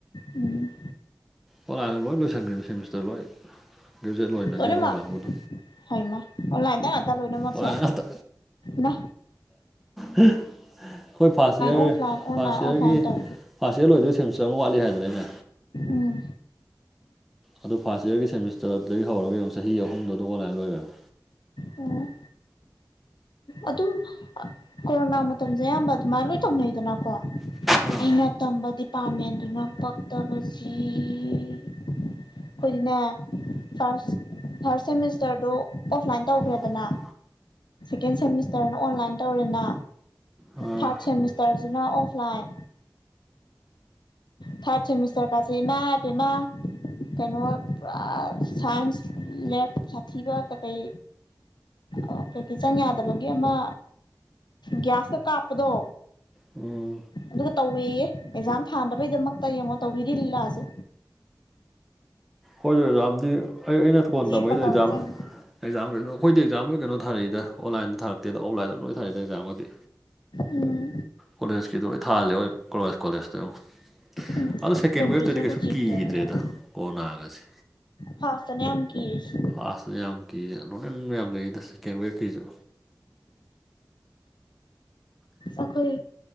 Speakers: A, on the left (about 85°); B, in the centre.
A: ꯎꯝ
B: ꯑꯣꯂꯥꯅ ꯂꯣꯏ ꯂꯣꯏꯁꯤꯟꯈ꯭ꯔꯦꯅꯤ ꯁꯦꯃꯤꯁꯇꯔ ꯂꯣꯏ ꯒ꯭ꯔꯦꯖꯨꯋꯦꯠ ꯂꯣꯏꯅꯈꯤꯕ
A: ꯂꯣꯏꯅꯃꯛ
B: ꯑꯩꯈꯣꯏ ꯀꯥꯡꯕꯨꯗꯣ
A: ꯍꯣꯏꯃ ꯑꯣꯟꯂꯥꯏꯟꯗ ꯉꯥꯛꯇ ꯂꯣꯏꯅꯃꯛꯁꯦ
B: ꯑꯣꯟꯂꯥꯏꯟ ꯉꯥꯛꯇ
A: ꯋꯥ
B: ꯑꯩꯈꯣꯏ first year
A: offline online
B: first ꯏꯌꯥꯔꯒꯤ
A: ꯑꯣꯐꯂꯥꯏꯟ ꯇꯧ
B: ꯐꯥ ꯁꯦ ꯂꯣꯏꯗꯣꯏ ꯁꯦꯝꯆꯠ ꯑꯃ ꯋꯥꯠꯂꯤ ꯍꯥꯏꯗꯅꯅꯦ
A: ꯎꯝ
B: ꯑꯗꯨ ꯐꯥꯔꯁ ꯌꯌꯥꯔꯒꯤ ꯁꯦꯃꯤꯁꯇꯔꯗꯒꯤ ꯍꯧꯔꯒ ꯑꯃꯨꯛ ꯆꯍꯤ ꯑꯍꯨꯝꯗꯣ ꯑꯗꯨꯝ ꯑꯣꯟꯂꯥꯏꯟ ꯂꯣꯏꯈ꯭ꯔꯦꯕ
A: ꯑꯣ ꯑꯗꯨꯝ ꯀꯣꯔꯣꯅꯥ ꯃꯇꯝꯁꯦ ꯑꯌꯥꯝꯕ ꯑꯗꯨꯃꯥꯏꯅ ꯂꯣꯏ ꯇꯧꯅꯩꯗꯅꯀꯣ
B: ꯑꯥ
A: ꯑꯩꯅ ꯇꯝꯕ ꯗꯤꯄꯥꯔꯠꯃꯦꯟꯗꯨꯅ ꯄꯛꯇꯕꯁꯤ ꯑꯩꯈꯣꯏꯗꯤꯅꯦ ꯐꯥꯔ ꯐꯥꯔꯁ ꯁꯦꯃꯤꯁꯇꯔꯗꯣ ꯑꯣꯐꯂꯥꯏꯟ ꯇꯧꯈ꯭ꯔꯦꯗꯅ
B: ꯃꯗ ꯎꯗꯗ
A: ꯁꯦꯀꯦꯟ ꯁꯦꯃꯤꯁꯇꯔꯅ ꯑꯣꯟꯂꯥꯏꯟ ꯇꯧꯔꯦꯅ
B: ꯎꯝ
A: ꯊꯥꯔꯠ ꯁꯦꯃꯤꯁꯇꯔꯁꯤꯅ ꯑꯣꯐꯂꯥꯏꯟ ꯊꯥꯔꯗ ꯁꯦꯃꯤꯁꯇꯔ ꯀꯁꯤ ꯃꯥꯦ ꯃꯥ ꯀꯩꯅꯣ ꯄꯨꯔꯥ ꯁꯥꯏꯟꯁ ꯂꯦꯞ ꯁꯥꯊꯤꯕ ꯀꯩꯀꯩ ꯑꯩꯈꯣꯏꯛꯇꯤ ꯆꯪ ꯌꯥꯗꯕꯒꯤ ꯑꯃ ꯒ꯭ꯌꯥꯁꯀ ꯀꯥꯞꯄꯗꯣ
B: ꯎꯝ
A: ꯑꯗꯨꯒ ꯇꯧꯋꯦꯌꯦ ꯑꯦꯛꯖꯥꯝ ꯊꯥꯅꯕꯒꯤꯗꯃꯛꯇ ꯑ ꯇ ꯌꯦꯡꯉꯣ ꯇꯧꯕꯤꯔꯤ ꯂꯤꯂꯣꯥꯁꯦ
B: ꯍꯣꯏꯁꯨ ꯑꯦꯛꯖꯥꯝꯗꯤ ꯑꯩ ꯑꯩꯅ ꯊꯣꯟ
A: ꯆꯦꯛꯀ
B: ꯇꯝꯕꯩꯗꯣ
A: ꯇꯧꯔ
B: ꯑꯦꯛꯖꯥꯝ
A: ꯆꯪꯉꯤ
B: ꯑꯦꯛꯖꯥꯝ ꯀꯩꯅꯣ ꯑꯩꯈꯣꯏꯗꯦꯛ ꯑꯦꯛꯖꯥꯝ ꯂꯣꯏ ꯀꯩꯅꯣ ꯊꯥꯔꯛꯏꯗ ꯑꯣꯟꯂꯥꯏꯟꯗ ꯊꯥꯔꯛꯇꯦꯗ ꯑꯣꯐꯂꯥꯏꯟꯗ ꯂꯣꯏ ꯊꯥꯔꯏꯗ ꯑꯦꯛꯖꯥꯝꯒꯗꯤ
A: ꯎꯝ
B: ꯀꯣꯂꯦꯖꯀꯤꯗꯣ ꯑꯩ ꯊꯥꯍꯜꯂꯦ ꯑꯩꯁ ꯀꯣꯂꯦꯖꯇ ꯑꯃꯨꯛ
A: ꯎꯝ
B: ꯑꯗꯣ ꯁꯦꯀꯦꯟ
A: ꯇꯦꯝꯄꯔꯦꯆꯔꯒ
B: ꯋꯦꯕꯇꯗꯤ ꯀꯩꯁꯨ
A: ꯆꯦꯛ
B: ꯀꯤꯗ꯭ꯔꯦꯗ
A: ꯇꯧꯔ ꯇꯧꯋꯦ
B: ꯀꯣꯔꯣꯅꯥꯒꯁꯦ
A: ꯐꯥꯔꯁꯇꯅꯦ ꯌꯥꯝ ꯀꯤꯔꯤꯁꯦ
B: ꯑꯥꯁꯂꯤꯝ ꯀ ꯂꯣꯏꯦꯟ ꯌꯥꯝꯌꯥꯝ ꯂꯩꯗ ꯁꯦꯀꯦꯟ ꯋꯦꯕꯀꯤꯁꯨ
A: ꯑꯈꯣꯏ